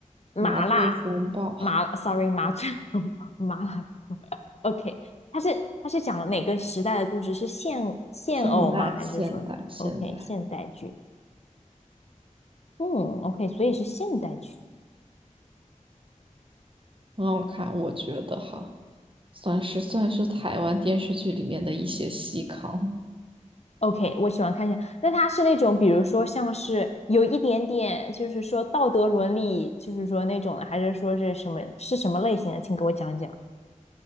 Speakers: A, on the left; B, on the right.
A: 麻辣
B: 《麻醉风暴》，
A: 麻，sorry 麻醉 <laughs> 麻辣 <laughs>，OK，它是它是讲哪个时代的故事？是现现偶吗？
B: <laughs> 现代现代现代
A: 还是说什么？OK，现代剧，嗯，OK，所以是现代剧。
B: 很好看，我觉得哈，算是算是台湾电视剧里面的一些细糠。
A: OK，我喜欢看现，那它是那种，比如说像是有一点点，就是说道德伦理，就是说那种的，还是说是什么是什么类型的？请给我讲讲。